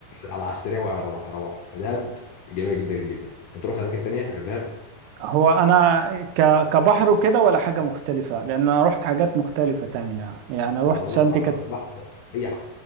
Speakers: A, on the left; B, on the right.
A: على على السريع وهروح هروح فدهب جميله جدا جدا انت رحت اماكن تانيه غير دهب؟
B: هو انا ك... كبحر وكده ولا حاجة مختلفة لان انا رحت حاجات مختلفة تانية يعني رحت
A: آه
B: سانت
A: لا بحر بحر اي